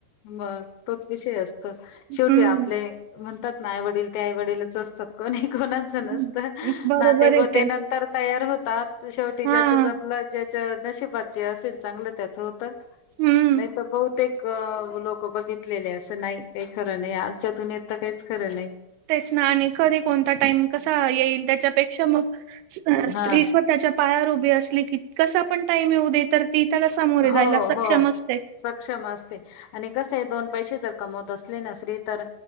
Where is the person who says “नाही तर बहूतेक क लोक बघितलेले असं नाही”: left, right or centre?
Left